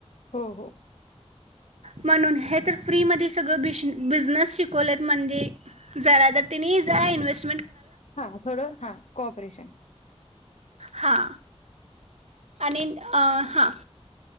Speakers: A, on the left; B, on the right.
A: हो हो
B: म्हणून हे तर फ्री मध्ये सगळं बिशी बिझ बिजनेस शिकवलेत म्हणजे जरा तर तिने जरा इन्व्हेस्ट
A: हा थोडं हा कोऑपरेशन
B: हां आणि अ हां.